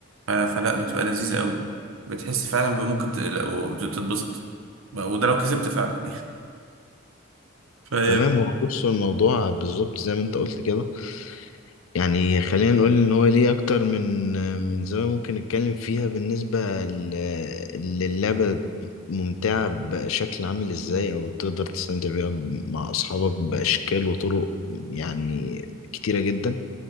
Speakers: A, on the right; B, on the left.
A: ف- فلا بتبقى لذيذة قوي بتحس فعلا بممكن ت- لو- تتبسط وده لو كسبت فعلا <laughs> فهي
B: تمام هو بص الموضوع بالظبط زي ما انت قلت كده يعني خلينا نقول ان هو ليه اكتر من من زاوية ممكن نتكلم فيها بالنسبة لل- للعبة ممتعة بشكل عامل ازاي او تقدر تستمتع بيها مع اصحابك باشكال وطرق يعني كتيرة جدا